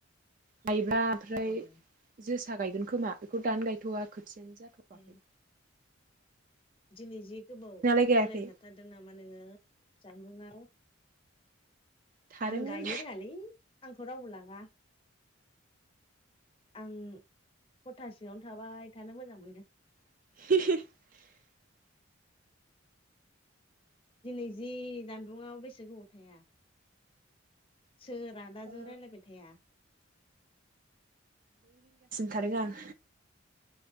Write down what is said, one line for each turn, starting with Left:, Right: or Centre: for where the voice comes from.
Right: गायब्ला ओमफ्राय
Left: ए
Right: जोसा गायगोन खोमा बेखौ दानो गायथ'वा थन जाथ'वाखै
Left: ए दिनै जि गोबाव
Right: नोंहालाय
Left: अनलाइन
Right: गायाखै?
Left: थाथारदों नामा नोङो <inaudible>
Right: थादोंमोन
Left: आं गायनो रोङालै आंखौ रावबो लाङा आं हथासेङावनो थाबाय थानो मोजां मोनो
Right: <inaudible>
Left: दिनै जि जानबुंआव बेसे गोबाव थाया? सोर आदाजों
Right: ओ
Left: रायलायबाय थाया?
Right: थारग